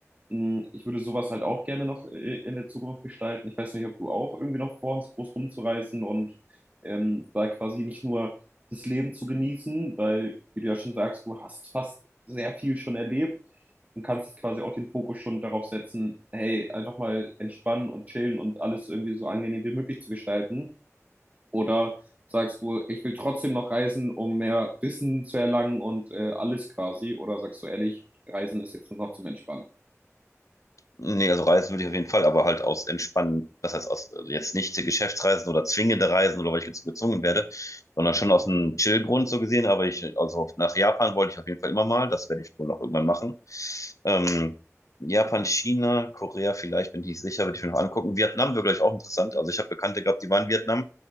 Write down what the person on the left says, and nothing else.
Nee, also reisen würde ich auf jeden Fall, aber halt aus entspannen, das heißt aus also jetzt nicht Geschäftsreisen oder zwingende Reisen oder weil ich jetzt so gezwungen werde, sondern schon aus einem Chill-Grund so gesehen. Aber ich, also nach Japan wollte ich auf jeden Fall immer mal, das werde ich wohl noch irgendwann machen. Ähm, Japan, China, Korea vielleicht, bin ich nicht sicher, würde ich mir noch angucken. Vietnam wäre gleich auch interessant. Also ich habe Bekannte gehabt, die waren in Vietnam